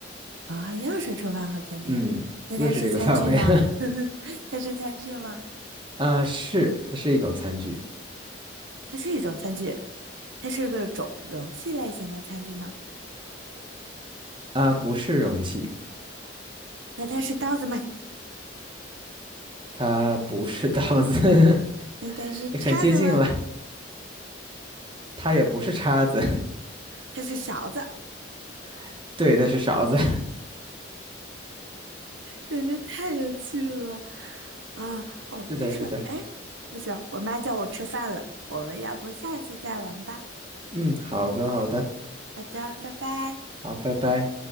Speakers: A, on the right; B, on the right.
A: 啊、又是厨房和餐厅，
B: 嗯，
A: 那它是餐具吗？
B: 又是这个 <laughs> 范围了。
A: <laughs> 它是餐具吗？
B: <laughs> 啊，是，它是一种餐具。
A: 它是一种餐具，它是个种容器类型的餐具吗？
B: 啊，不是容器，
A: 那它是刀子吗？
B: 它不是刀子，<laughs>
A: 那它是叉子吗？
B: 很接近了。它也不是叉子，
A: 它是勺子，
B: <laughs> 对，它是勺子。<laughs>
A: 简直太有趣了啊！哦，
B: 是的，
A: 但是哎，
B: 是的。
A: 不行，我妈叫我吃饭了，我们要不下一次再玩吧？
B: 嗯，好的，好的，
A: 好的，拜拜。
B: 好，拜拜。